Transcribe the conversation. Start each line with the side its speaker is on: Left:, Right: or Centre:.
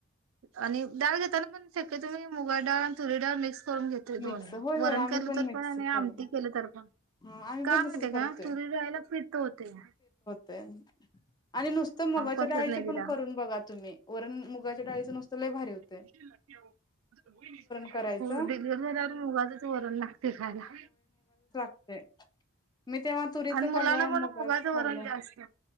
Right: आणि डाळ घेताना पण शक्य तुम्ही मुगळ डाळ आणि तुरी डाळ मिक्स करून घेत. ते दोन
Left: मिक्स होय होय
Right: वरण
Left: आम्ही
Right: केलं तर
Left: मिक्स
Right: पण आणि
Left: करून
Right: आमटी केली तर पण.
Left: हा आम्ही
Right: काय
Left: पण तसच
Right: का
Left: करतोय
Right: माहितीये का पीत होतेया.
Left: तेन आणि नुसतं मुगाच्या
Right: पचत
Left: डाळीच
Right: नाही ती
Left: पण
Right: डाळ.
Left: करून बघा तुम्ही. वरण मुगाच्या डाळीचं नुसतंही भारी होतं
Right: खुश लगते <unintelligible>
Left: करायचं
Right: हो डिलिव्हर झाल्यावर मुगाचेच वरण लागते खायला.
Left: ते मी तेव्हा तुरीच
Right: आणि मुलांना
Left: खाल्लं,
Right: पण
Left: मुगाच
Right: मुगाचं
Left: खाल्लं.
Right: वरण जास्त.